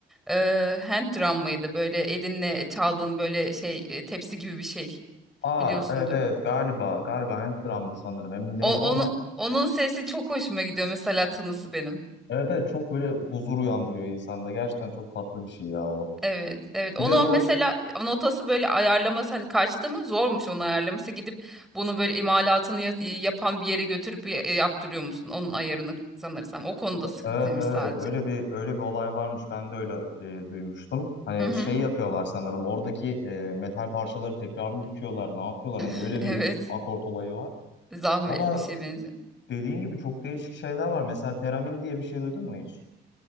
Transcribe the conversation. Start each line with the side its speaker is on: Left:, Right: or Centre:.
Centre: E, hand drum mıydı? Böyle elinle çaldığın böyle şey e, tepsi gibi bir şey
Left: Aa
Centre: biliyorsundur.
Left: evet evet galiba galiba hand drum'dı sanırım emin değilim
Centre: O, onu
Left: ama
Centre: onun sesi çok hoşuma gidiyor mesela tınısı benim.
Left: evet evet çok böyle huzur uyandırıyor insanda. Gerçekten çok tatlı bir şey ya o.
Centre: Evet, evet.
Left: Bir
Centre: Onu
Left: de bu
Centre: mesela notası böyle ayarlaması hani kaçtı mı zormuş onu ayarlaması gidip bunu böyle imalatını ya- yapan bir yere götürüp ya- e, yaptırıyor musun? Onun ayarını sanırsam o konuda sıkıntıymış
Left: Evet evet
Centre: sadece.
Left: öyle bir öyle bir olay varmış ben de öyle e, duymuştum. Hani
Centre: Hı hı.
Left: şey yapıyorlar sanırım oradaki e, metal parçaları tekrar mı dikiyorlar ne yapıyorlar hani
Centre: <laughs>
Left: öyle
Centre: Evet.
Left: bir akort olayı var.
Centre: Zahmetli
Left: Valla
Centre: bir şey benziyor.
Left: dediğin gibi çok değişik şeyler var. Mesela teramin diye bir şey duydun mu hiç?